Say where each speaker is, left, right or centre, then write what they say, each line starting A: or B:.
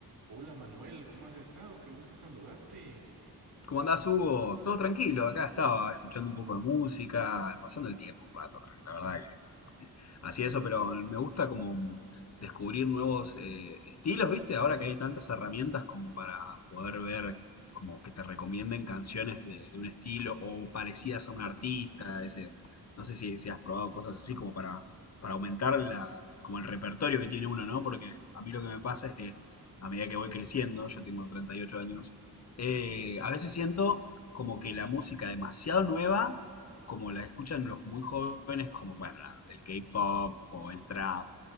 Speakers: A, on the right; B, on the left.
A: Hola Manuel, ¿cómo has estado? Qué gusto saludarte.
B: ¿Cómo andás, Hugo? Todo tranquilo, acá estaba escuchando un poco de música, pasando el tiempo un rato, tra- la verdad que eh, así eso, pero me gusta como descubrir nuevos eh, estilos, ¿viste? Ahora que hay tantas herramientas como para poder ver, como que te recomienden canciones de, de un estilo o parecidas a un artista, ese, no sé si, si has probado cosas así como para, para aumentar la, como el repertorio que tiene uno, ¿no? Porque a mí lo que me pasa es que a medida que voy creciendo, yo tengo 38 años, eh,
A: Ujú,
B: a veces siento como que la música demasiado nueva, como la escuchan los muy jóvenes, como, bueno, nada, el K-pop o el trap,